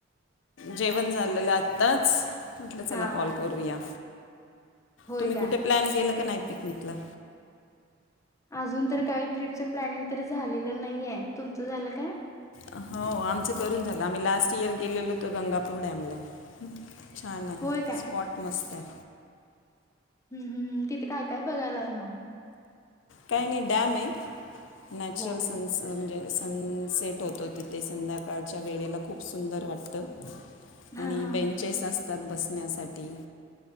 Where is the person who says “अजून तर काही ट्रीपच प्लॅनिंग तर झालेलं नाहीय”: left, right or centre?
Left